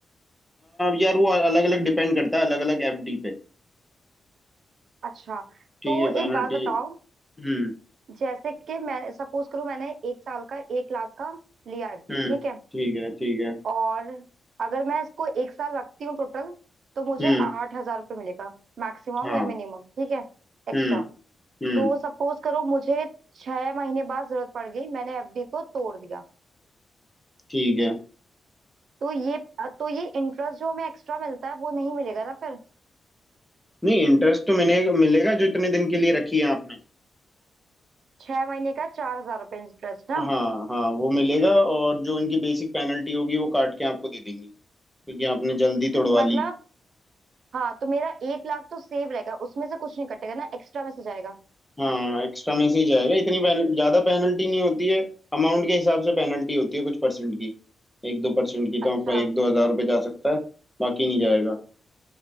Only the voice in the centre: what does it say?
यार वो अलग अलग डिपेंड करता है अलग अलग एफडी पे
ठीक
है पेनल्टी
हम्म
हम्म
ठीक है ठीक है
हम्म
हाँ
हम्म हम्म
ठीक है
नहीं इंटरेस्ट तो मिलेगा मिलेगा जो इतने दिन के लिए रखी है आपने
हाँ हाँ वो मिलेगा और जो इनकी बेसिक पेनल्टी होगी वो काट के आपको दे देंगी क्योंकि आपने जल्दी तोड़वा
ली
हाँ एक्स्ट्रा में से ही जाएगा इतनी पेनल ज्यादा पेनल्टी नहीं होती है अमाउंट के हिसाब से पेनल्टी होती है कुछ परसेंट की एक दो परसेंट की तो
आपका एक दो हजार रुपये जा सकता है बाकी नहीं जाएगा